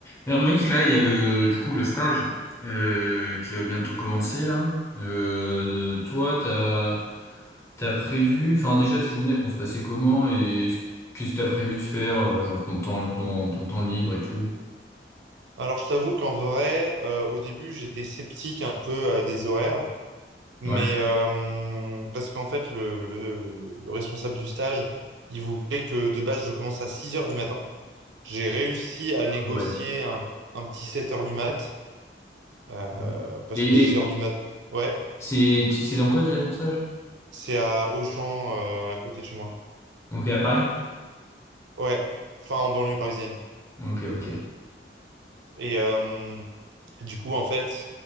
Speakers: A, on the left; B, on the right.
A: Alors, mec, là, il y a le, du coup, le stage euh, qui va bientôt commencer, là. Euh, toi, t'as, t'as prévu, enfin, déjà, tes journées elles vont se passer comment et qu'est-ce que t'as prévu de faire, euh, genre ton temps, dans ton temps libre et tout?
B: Alors, je t'avoue qu'en vrai, euh, au début, j'étais sceptique un peu euh, des horaires, mais
A: Ouais.
B: euh, parce qu'en fait, le, le- le- responsable du stage, il voulait que de base, je commence à 6 heures du matin. J'ai réussi à négocier
A: Ouais.
B: un, un petit 7 heures du mat, euh,
A: ouais.
B: parce
A: Et,
B: que 6
A: et
B: heures du mat, ouais,
A: c'est, tu c'est dans quoi déjà ton stage?
B: c'est à Auchan, euh, à côté de chez moi.
A: Ok, à Paris?
B: Ouais, enfin, en banlieue parisienne.
A: Ok, ok.
B: Et, euh, Du coup, en fait,